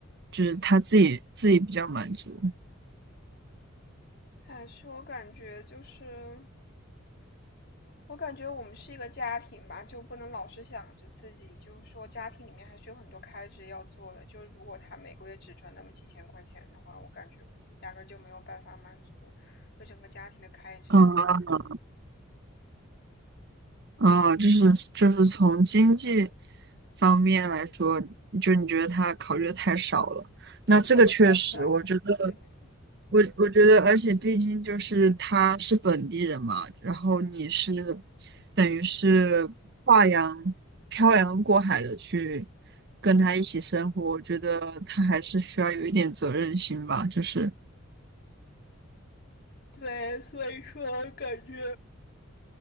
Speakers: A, on the right; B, on the left.
A: 就是他自己自己比较满足。
B: 还是我感觉就是，我感觉我们是一个家庭吧，就不能老是想着自己，就是说家庭里面还是有很多开支要做的。就如果他每个月只赚那么几千块钱的话，我感觉压根儿就没有办法满足，就整个家庭的开支，
A: 嗯，啊，就是就是从经济方面来说，就你觉得他考虑的太少了。
B: 对，
A: 那这个确实，
B: 考虑太少。
A: 我觉得，
B: 对
A: 我我觉得，而且毕竟就是他是本地人嘛，然后你是等于是跨洋漂洋过海的去跟他一起生活，我觉得他还是需要有一点责任心吧。就是，
B: 对，所以说我感觉，